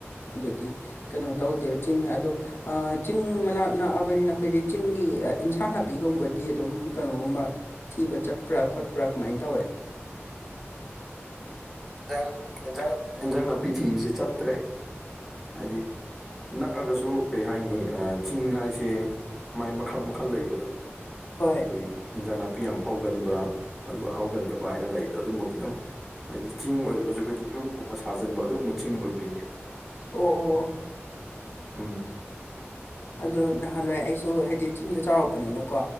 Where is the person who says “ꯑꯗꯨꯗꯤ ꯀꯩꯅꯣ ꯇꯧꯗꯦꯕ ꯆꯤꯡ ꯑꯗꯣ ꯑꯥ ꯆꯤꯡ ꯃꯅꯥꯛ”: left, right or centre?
Left